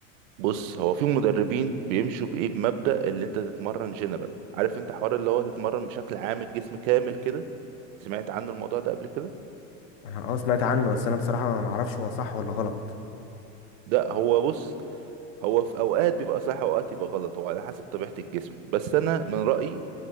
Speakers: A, on the right (about 70°); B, on the left (about 75°).
A: بص هو في مدربين بيمشوا بايه بمبدأ اللي انت تتمرن جنرال عارف انت حوار اللي هو تتمرن بشكل عام الجسم كامل كده سمعت عنه الموضوع ده قبل كده
B: انا اه سمعت عنه بس انا بصراحه ما اعرفش هو صح ولا غلط
A: ده هو بص هو في اوقات بيبقى صح اوقات يبقى غلط هو على حسب طبيعة الجسم بس انا من رأيي